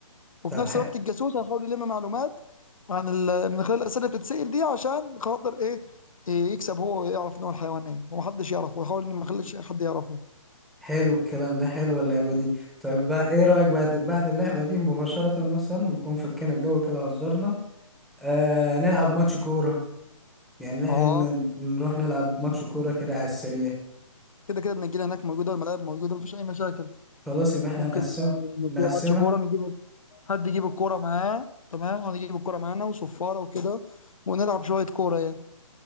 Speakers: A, on the left; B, in the centre.
A: وفي
B: طب
A: نفس الوقت الجاسوس هيحاول يلم معلومات عن ال... من خلال الاسئله اللي بتتسال دي عشان خاطر ايه إيه يكسب هو ويعرف نوع الحيوان ايه ومحدش يعرفه ويحاول ان ما يخليش حد يعرفه
B: حلو الكلام ده حلو اللعبة دي طيب بقى ايه رأيك بعد بعد اللعبة دي مباشرة مثلا نكون فكينا الجو كده هزرنا آه نلعب ماتش كورة يعني نح-
A: اه
B: ن- نروح نلعب ماتش كورة كده على السريع
A: كده كده النجيله هناك موجوده والملاعب موجوده مفيش اي مشاكل
B: خلاص يبقى
A: ممكن
B: احنا هنقسم
A: آه، نديها
B: نقسمها
A: ماتش كوره نجيب حد يجيب الكوره معاه تمام ونجيب الكوره معانا وصفاره وكده ونلعب شويه كوره يعني